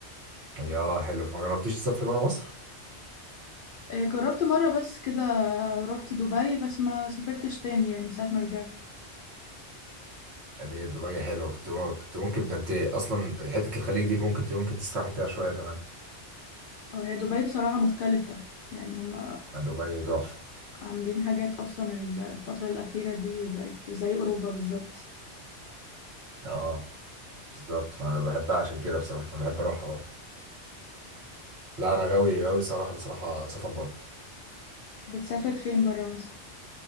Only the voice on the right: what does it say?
يا حلو ما جربتيش تسافري بره مصر
ليه دبي حلوه كنت كنت ممكن ده انت اصلا حته الخليج دي ممكن ممكن تسرحي فيها شويه كمان
ما دبي تحفه
اه بالظبط فانا بحبها عشان كده بصراحه انا بحب اروحها برضه لا انا غاوي غاوي صراحه بصراحه سفر بره